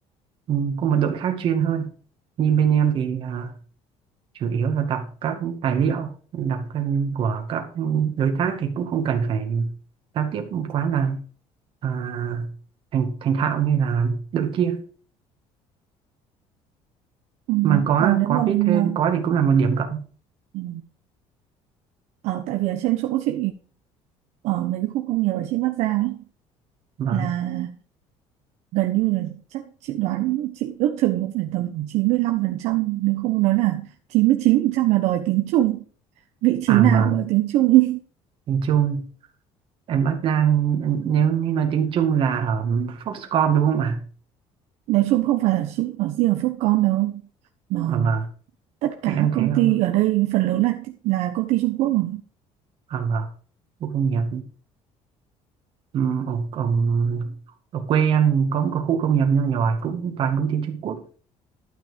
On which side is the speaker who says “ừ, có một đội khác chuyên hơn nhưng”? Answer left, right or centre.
Right